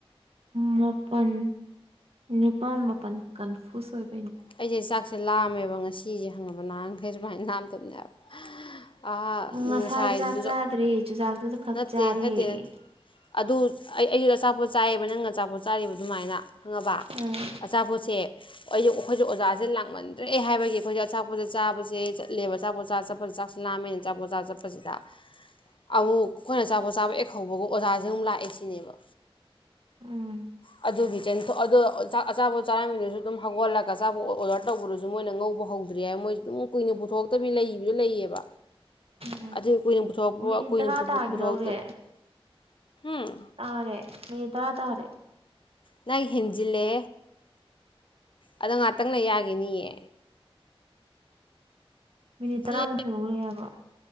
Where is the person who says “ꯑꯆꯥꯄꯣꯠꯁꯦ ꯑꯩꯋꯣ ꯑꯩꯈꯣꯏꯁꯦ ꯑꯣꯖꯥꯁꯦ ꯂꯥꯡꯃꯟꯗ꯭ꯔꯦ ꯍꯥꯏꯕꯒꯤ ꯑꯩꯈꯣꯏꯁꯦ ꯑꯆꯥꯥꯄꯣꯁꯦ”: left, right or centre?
Left